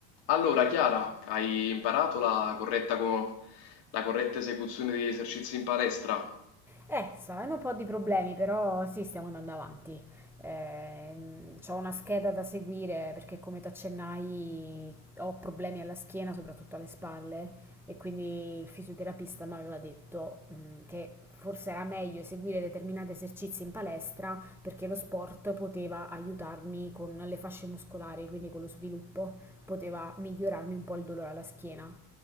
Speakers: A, on the left; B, in the centre.
A: Allora, Chiara, hai imparato la corretta, co- la corretta esecuzione degli esercizi in palestra?
B: Eh, sto avendo un po' di problemi, però sì, stiamo andando avanti. Ehm, c'ho una scheda da seguire perché, come ti accennai, ho problemi alla schiena, soprattutto alle spalle, e quindi il fisioterapista mi aveva detto, mm, che forse era meglio eseguire determinati esercizi in palestra perché lo sport poteva aiutarmi con le fasce muscolari, quindi con lo sviluppo, poteva migliorarmi un po' il dolore alla schiena.